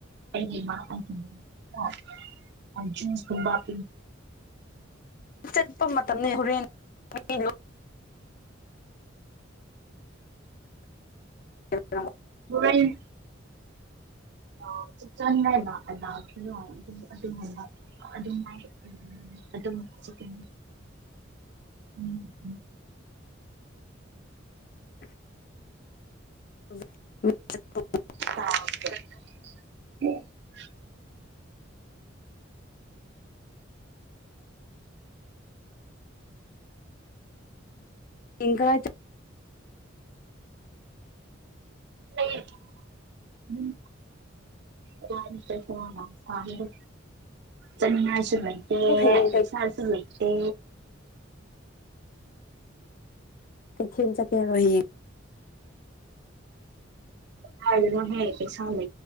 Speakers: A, on the right (about 60°); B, on the left (about 45°).
A: ꯑꯩꯒꯤ ꯃꯥ ꯑꯃꯨ <unintelligible> ꯖꯨꯏꯀꯨꯝꯕ <unintelligible>
B: ꯆꯠꯄ ꯃꯇꯝꯅꯦ ꯍꯣꯔꯦꯟ <unintelligible> ꯍꯌꯦꯡ
A: ꯍꯨꯔꯦꯟ ꯑꯣ ꯆꯥꯅꯤꯡꯉꯥꯏ <inaudible> ꯑꯗꯨꯅꯦꯕꯥ ꯑꯗꯨꯃꯥꯏ ꯑꯗꯨꯝ ꯆꯤꯀꯟ ꯎꯝ
B: <inaudible> <unintelligible>
A: <unintelligible>
B: ꯄꯤꯀ <inaudible>
A: ꯂꯩꯌꯦ ꯎꯝ ꯀ ꯊꯗ ꯆꯅꯤꯉꯁꯨ ꯂꯩꯇꯦ
B: ꯅꯪ ꯍꯌꯦꯡ
A: ꯕꯤꯁꯥꯔꯁꯨ
B: ꯀꯩ
A: ꯂꯩꯇꯦ
B: ꯄꯊꯤꯟ ꯁꯠꯀꯦꯔꯣ ꯖꯌꯦꯪ
A: ꯀꯅ ꯍꯥꯏ ꯀꯩ ꯁꯃ